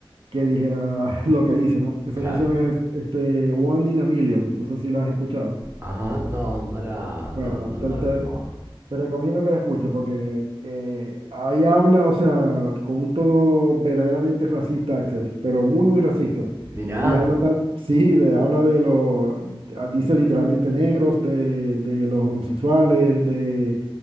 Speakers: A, on the right (about 75°); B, on the right (about 25°).
A: que dijera <laughs> lo que dice, ¿no? Esa
B: claro.
A: canción es este, One in a Million, no sé si la has escuchado.
B: Ajá, no, no la,
A: Bueno,
B: no, no,
A: te,
B: no
A: te-
B: la tengo.
A: te recomiendo que la escuches porque eh, ahí habla, o sea, con un tono verdaderamente racista, Axel, pero muy, muy racista.
B: Mirá,
A: Y habla, tan- sí, de, habla de los, ah, dice literalmente negros, de, de los homosexuales, de,